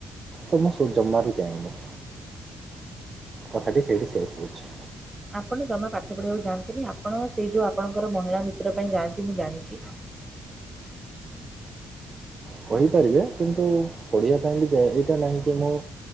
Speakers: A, on the right; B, on the right.
A: ତ ମୁଁ ଶୁ ଜମାରୁ ଯାଏନି। କଥାଟି ସେଇଠି ଶେଷ କରୁଛି।
B: ଆପଣ ଜମା ପାଠ ପଢ଼ିବାକୁ ଯାଆନ୍ତିନି ଆପଣ ସେଇ ଯୋଉ ଆପଣଙ୍କର ମହିଳା ମିତ୍ରଙ୍କ ପାଇଁ ଯାଆନ୍ତି ମୁଁ ଜାଣିଛି।
A: କହିପାରିବେ, କିନ୍ତୁ ପଢ଼ିବା ପାଇଁ ବି ଯାଏ। ଏଇଟା ନାହିଁ କି ମୁଁ